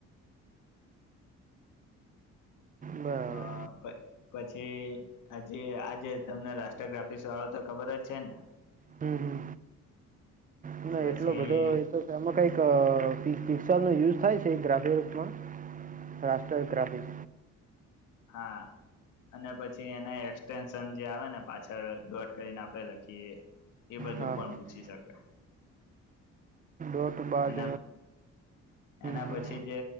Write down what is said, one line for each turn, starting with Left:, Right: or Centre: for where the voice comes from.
Right: બરાબર
Left: અને પછી હજી આજે તમને રાષ્ટ્રર ગ્રાફિકસ વાળો તો ખબર જ છે ને
Right: હમ હમ ના
Left: પછી
Right: એટલો બધો એ તો એમાં કઈક શિક્ષણનો યુઝ થાય છે ગ્રાફિક રૂપમાં રાષ્ટ્રીય ગ્રાફિક
Left: હા અને પછી એને એક્સટેન્શન જે આવે ને પાછળ ડોટ કરીને આપણે લખીએ એ બધું
Right: હા
Left: પણ
Right: હા
Left: પૂછી શકે
Right: ત્યાર બાદ
Left: એના એના
Right: હમ
Left: પછી જે